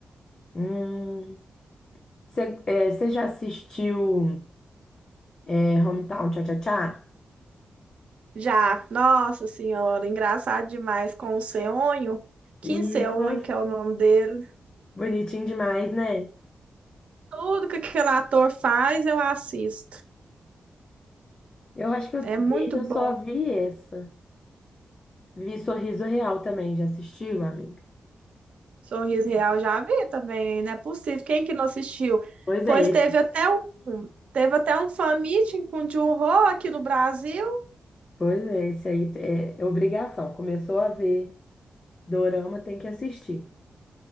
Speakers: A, on the left; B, on the right.
A: Hum, você é, você já assistiu é, Hometown Cha-Cha-Cha?
B: Já, nossa senhora, engraçado demais com o Seonho, Kim
A: E,
B: Seonho,
A: nossa,
B: que é o nome dele.
A: bonitinho demais, né?
B: Tudo que aquele ator faz, eu assisto.
A: Eu acho que eu,
B: É muito
A: dele eu
B: bom.
A: só vi essa. Vi Sorriso Real também, já assistiu, amiga?
B: Sorriso Real já vi também, não é possível. Quem que não assistiu?
A: Pois
B: Pois
A: é, esse.
B: teve até um, teve até um fan meeting com o Jun-ho aqui no Brasil.
A: Pois é, esse aí é, é obrigação. Começou a ver Dorama, tem que assistir.